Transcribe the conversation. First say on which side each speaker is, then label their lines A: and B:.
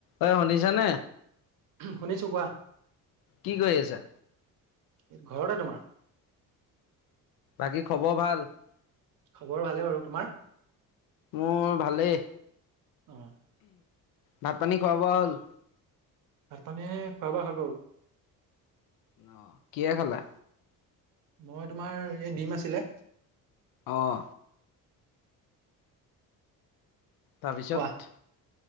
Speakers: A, on the left (about 75°); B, on the right (about 65°).
A: ঐ শুনিছা নে?
B: উম শুনিছো কোৱা।
A: কি কৰি আছা।
B: এই ঘৰতে তোমাৰ।
A: বাকী খবৰ ভাল?
B: খবৰ ভালে বাৰু। তোমাৰ?
A: মোৰ ভালেই।
B: অ <inaudible>
A: ভাত পানী খোৱা বোৱা হ'ল?
B: ভাত পানীয়ে খোৱা বোৱা হৈ গ'ল।
A: অ। কিহে খালা।
B: মই তোমাৰ এই ডিম আছিলে।
A: অঁ। তাৰ পিছত।
B: কোৱা